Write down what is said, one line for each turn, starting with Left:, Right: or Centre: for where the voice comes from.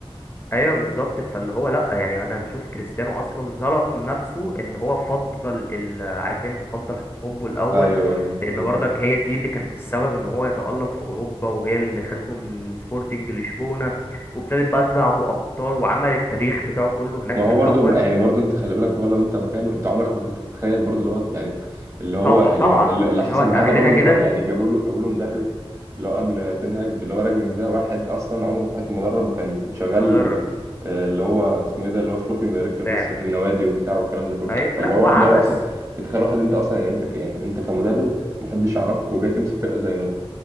Left: ايوه بالظبط فاللي هو لا يعني انا بشوف كريستيانو اصلا ظلم نفسه ان هو فضل ال- عارف انت فضل حبه الاول
Right: ايوه ايوه
Left: لان برضك هي دي اللي كانت السبب ان هو يتألق في اوروبا وهي اللي خدته من سبورتنج لشبونة وابتدت بقى تلعبوا ابطال وعمل التاريخ بتاعه كله هناك
Right: ما هو
Left: في الاول
Right: برضو يعني برضو انت خلي بالك هو لو انت مكانه انت عمرك ما كنت تتخيل برضو اللي هو يعني اللي هو
Left: طو-
Right: اللي
Left: طبعا
Right: اللي
Left: ان
Right: حصل
Left: هو اخرتها
Right: معاه ده برضو ان
Left: كده
Right: هو يعني جابوا له جابوا له مدرب اللي هو قبل تنهاج اللي هو راجنك ده واحد اصلا عمره في حياته مدرب وكان شغال
Left: مدرب مم،
Right: آه، اللي هو اسمه ايه ده اللي هو سبورتنج دايركتور
Left: مساعد
Right: بس في
Left: وكده
Right: النوادي وبتاع والكلام ده كله
Left: اي
Right: فاللي
Left: لا
Right: هو
Left: هو
Right: واحد
Left: عبث
Right: هو اصلا تخيل واحد انت اصلا يعني انت ك- يعني انت كمدرب محدش يعرفك وجاي تمسك فرقه زي اليونايتد